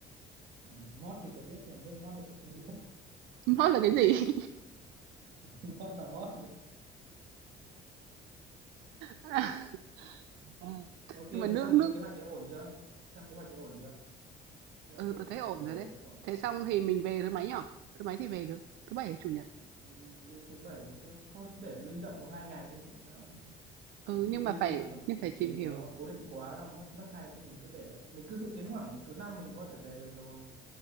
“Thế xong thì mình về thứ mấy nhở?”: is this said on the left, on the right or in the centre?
Right